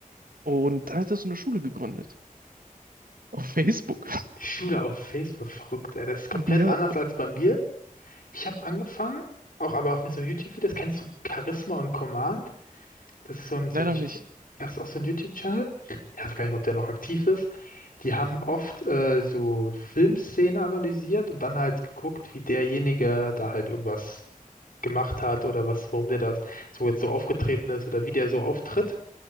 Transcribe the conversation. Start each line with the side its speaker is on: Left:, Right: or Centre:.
Right: Und dann hat er so eine Schule gegründet. Auf Facebook. <laughs>
Left: die Schule auf Facebook, verrückt, ey. Das ist komplett
Right: Ja,
Left: anders als bei mir. Ich habe angefangen, auch aber auch mit so YouTube-Videos. Kennst du Charisma und Command? Das ist so ein, so
Right: leider
Left: ein YouTube,
Right: nicht.
Left: das ist auch so ein YouTube-Channel. Ich weiß gar nicht, ob der noch aktiv ist. Die haben oft äh, so Filmszenen analysiert und dann halt geguckt, wie derjenige da halt irgendwas gemacht hat oder was, warum der das so jetzt so aufgetreten ist oder wie der so auftritt.